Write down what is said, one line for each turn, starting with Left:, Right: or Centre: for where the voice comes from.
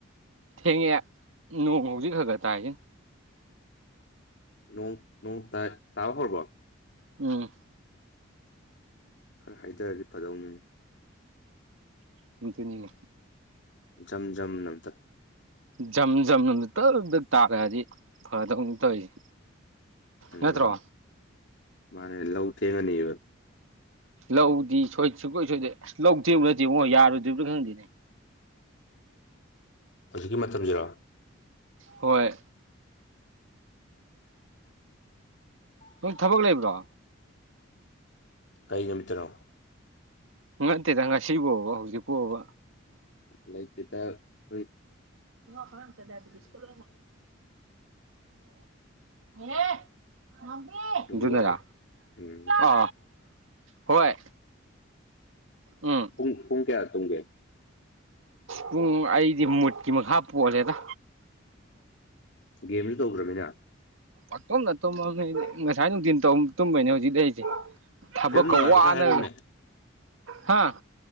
Right: ꯊꯦꯡꯉꯦ ꯅꯣꯡ ꯍꯧꯖꯤꯛ ꯈ ꯈ ꯇꯥꯏꯁꯤꯦ
Left: ꯅꯣꯡ ꯅꯣꯡ ꯇꯥꯏ ꯇꯕ ꯍꯔꯕꯠ
Right: ꯎꯝ
Left: ꯈꯔ ꯍꯥꯏꯖꯔꯗꯤ ꯐꯗꯧꯅꯤ
Right: ꯍꯇꯅꯤꯅꯦ
Left: ꯝ ꯖꯝ ꯅꯝꯇꯛ
Right: ꯖꯝ ꯖꯝꯝ ꯇꯞꯝꯇ ꯇꯥꯛꯂꯛꯑꯗꯤ ꯐꯗꯧ ꯇꯧꯔꯤꯁꯦ
Left: ꯎꯝ
Right: ꯅꯠꯇ꯭ꯔꯣ
Left: ꯃꯥꯅꯦ ꯂꯧ ꯊꯦꯡꯉꯅꯤꯕ
Right: ꯂꯧꯗꯤ ꯁꯣꯏ ꯁꯨꯡꯀꯣꯏ ꯁꯣꯏꯗꯦ ꯑꯁ ꯂꯧ ꯊꯦꯡꯕ ꯅꯠꯇꯦꯕꯉꯣ ꯌꯥꯔꯨꯗ꯭꯭ꯔꯥ ꯈꯪꯗꯦꯅꯦ
Left: ꯍꯧꯖꯤꯛꯀꯤ ꯃꯇꯝꯁꯤꯔꯥ
Right: ꯍꯣꯏ ꯅꯣꯏ ꯊꯕꯛ ꯂꯩꯕ꯭ꯔꯣ
Left: ꯀꯩꯒꯃꯤꯠꯇꯔꯣ
Right: ꯎꯇꯦ ꯇꯪ ꯉ ꯁꯤꯕꯣ ꯍꯧꯖꯤ ꯄꯨꯕ
Left: ꯂꯩꯇꯦꯗ ꯍꯣꯏ
Right: ꯅ ꯀꯠꯇ ꯗꯕꯤꯗꯤꯁꯀ ꯑꯣꯝ
Left: ꯑꯗꯨꯒꯤ
Right: ꯖꯨꯅꯔ
Left: ꯋꯥꯅꯤ ꯎꯝ
Right: ꯑ ꯍꯣꯏ ꯎꯝ
Left: ꯄꯨꯡ ꯄꯨꯡ ꯀꯌꯥ ꯇꯨ ꯀꯦ
Right: ꯄꯨꯡ ꯑꯩꯗꯤ ꯃꯨꯠꯀꯤ ꯃꯈꯥ ꯄꯣꯂꯦꯗ
Left: ꯒꯦꯝꯁꯨ ꯇꯧꯗ꯭ꯔꯃꯤꯅ
Right: ꯑꯇꯣꯝꯅꯇꯨꯝꯈ ꯉꯁꯥꯏ ꯅꯨꯡꯊꯤꯤꯟ ꯇꯨꯝꯕꯅꯦ ꯍꯧꯖꯤꯛ ꯂꯩꯔꯤꯁꯦ ꯊꯕꯛ
Left: ꯐꯤꯂꯝ
Right: ꯀꯧ
Left: ꯅꯨꯡꯉꯥꯏꯕ
Right: ꯋꯥꯅ
Left: ꯈꯔ ꯍꯥꯏꯔꯛꯎꯅꯦ
Right: ꯍꯥ